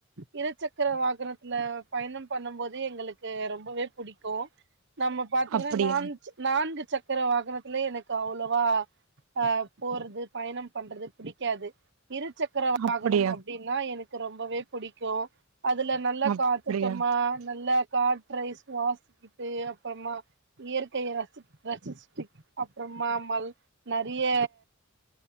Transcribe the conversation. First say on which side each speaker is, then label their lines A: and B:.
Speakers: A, on the right (about 60°); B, on the right (about 80°).
A: இரு சக்கர வாகனத்துல பயணம் பண்ணும் போது எங்களுக் கு ரொம்பவே புடிக்கு நம்ம பாத்தீங்கன்னா
B: அப்டியா
A: நான் நான்கு சக்கர வாகனத்திலயே எனக்கு அவ்வளவா ஆ போறது பயணம் பண்றது புடிக்காது இருச்சக் சக்கற
B: அப்படியா
A: வாகனம் அப்படின்னா எனக்கு ரொம்பவே பிடிக்கு அதுல நல்லா
B: அப்படியா
A: காத்தோட்டமா நல்லா காற்றை சுவாசிக்கிட்டு அப்பறமா இயற்கைய ரசி ரசிச்சட்டு அப்பறமா மல் நெறைய